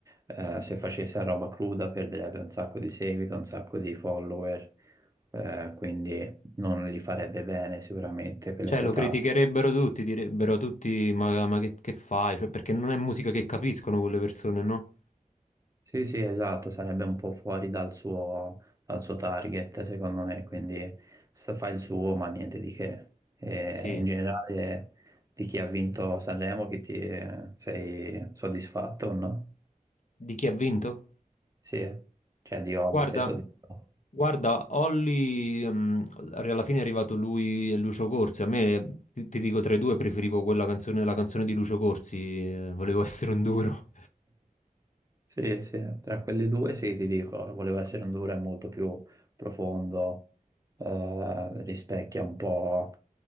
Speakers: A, on the right; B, on the left.
A: eh, se facesse la roba cruda perderebbe un sacco di seguito, un sacco di follower, eh, quindi non li farebbe bene sicuramente per
B: Cioè,
A: le sue
B: lo
A: tasse.
B: criticherebbero tutti, direbbero tutti, ma, ma che, che fai? Cioè, perché non è musica che capiscono quelle persone, no?
A: Sì, sì, esatto, sarebbe un po' fuori dal suo, dal suo target, secondo me, quindi sta- fa il suo, ma niente di che. E
B: Sì,
A: in generale, di chi ha vinto Sanremo, chi ti sei soddisfatto o no?
B: di chi ha vinto?
A: Sì, cioè di Olli
B: Guarda,
A: sei soddisfatto.
B: guarda, Olli, mm, alla fine è arrivato lui e Lucio Corsi. A me, ti, ti dico, tra i due preferivo quella canzone, la canzone di Lucio Corsi, eh, volevo <laughs> essere un duro.
A: Sì, sì, tra quelle due sì, ti dico, voleva essere un Dura molto più profondo, eh, rispecchia un po',